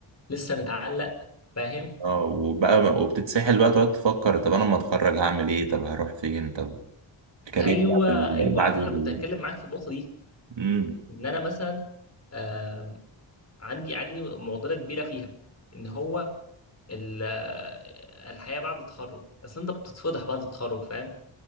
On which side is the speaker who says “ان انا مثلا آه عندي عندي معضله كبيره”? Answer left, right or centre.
Left